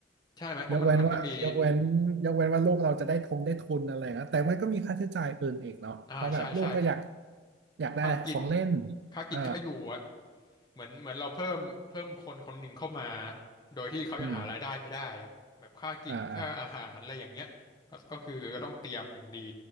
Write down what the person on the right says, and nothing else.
<laughs> ยกเว้นว่ายกเว้นยกเว้นว่าลูกเราจะได้ทงได้ทุนอะไรนะแต่มันก็มีค่าใช้จ่ายอื่นอีกเนาะเพราะแบบลูกก็อยาก
อยากได้ของเล่น
เออ
อืมอ่าอ่า